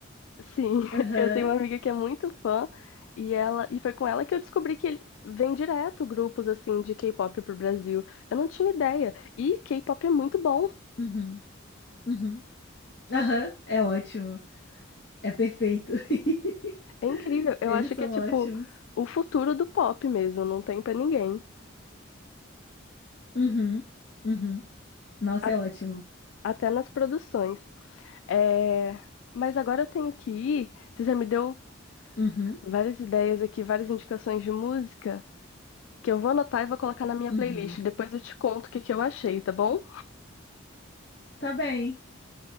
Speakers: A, on the left (about 75°); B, on the left (about 55°).
A: Sim, <laughs>
B: Aham.
A: eu tenho uma amiga que é muito fã. E ela, e foi com ela que eu descobri que ele vem direto grupos assim de K-pop pro Brasil. Eu não tinha ideia. E K-pop é muito bom.
B: Uhum. Uhum. Aham. É ótimo. É perfeito. <laughs>
A: É incrível. Eu
B: Eles
A: acho
B: são
A: que é tipo
B: ótimos.
A: o futuro do pop mesmo, não tem pra ninguém.
B: Uhum. Uhum. Nossa,
A: A-
B: é ótimo.
A: até nas produções. É, Mas agora eu tenho que ir. Você já me deu
B: Uhum.
A: várias ideias aqui, várias indicações de música que eu vou anotar e vou colocar na minha
B: Uhum.
A: playlist. Depois eu te conto o que que eu achei, tá bom?
B: Tá bem,